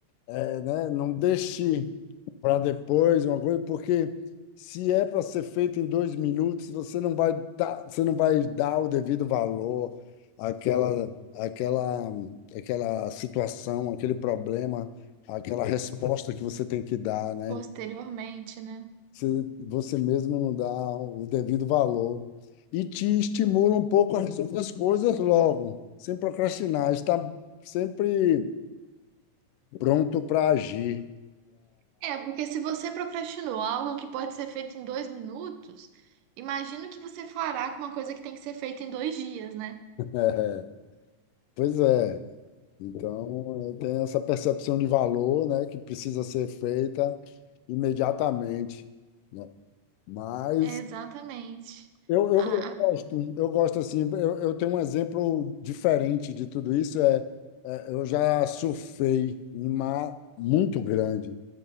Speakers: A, on the left; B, on the right.
A: É, né? Não deixe para depois uma coisa, porque se é para ser feito em dois minutos, você não vai dar, você não vai dar o devido valor àquela, àquela, àquela situação, àquele problema, àquela resposta que você tem que dar, né?
B: posteriormente, né?
A: Você, você mesmo não dá o devido valor. E te estimula um pouco a resolver as coisas logo, sem procrastinar, está sempre pronto para agir
B: É, porque se você procrastinou algo que pode ser feito em dois minutos, imagino que você fará com uma coisa que tem que ser feita em dois dias, né?
A: <laughs> É, pois é. Então, eu tenho essa percepção de valor, né, que precisa ser feita imediatamente, né? Mas
B: É, exatamente.
A: eu,
B: A,
A: eu
B: a
A: gosto, eu gosto assim, eu, eu tenho um exemplo diferente de tudo isso, é, é, eu já surfei em mar muito grande.